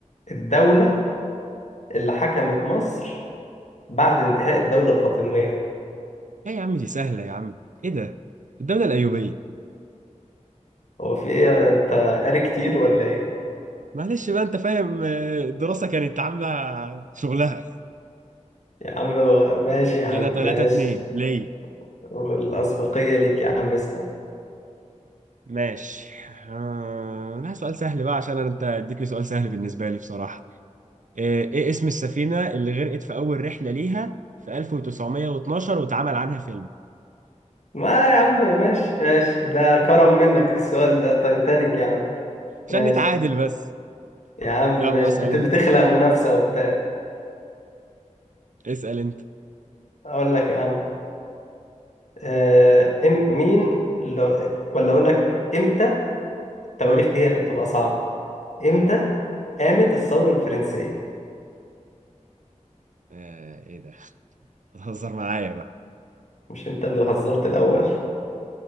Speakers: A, on the left; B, on the right.
A: الدولة اللي حكمت مصر بعد انتهاء الدولة الفاطمية
B: ايه يا عم دي سهلة يا عم ايه ده الدولة الأيوبية
A: هو في ايه انت قاري كتير ولا ايه
B: معلش بقى انت فاهم آه، الدراسة كانت عاملة شغلها
A: يا عم هو- ماشي يا عم
B: كده تلاتة
A: ماشي
B: اتنين ليه
A: والأسبقية ليك يا عم اسأل
B: ماشي آه، أنا سؤال سهل بقى عشان أنا- أنت اديتني سؤال سهل بالنسبة لي بصراحة إيه إيه اسم السفينة اللي غرقت في أول رحلة ليها في 1912 واتعمل عنها فيلم
A: ما يا عم ماشي ماشي ده كرم منك السؤال ده تايتانيك يا عم
B: عشان
A: ماشي
B: نتعادل بس
A: يا عم
B: يلا
A: ماشي
B: اسأل
A: بت-
B: أنت
A: بتخلق منافسة وبتاع
B: اسأل أنت
A: أقول لك يا عم آه، إم مين اللي ولا أقول لك إمتى التواريخ
B: امم
A: دي هي اللي بتبقى صعبة إمتى قامت الثورة الفرنسية
B: آه إيه ده بتهزر معايا بقى
A: مش أنت اللي هزرت الأول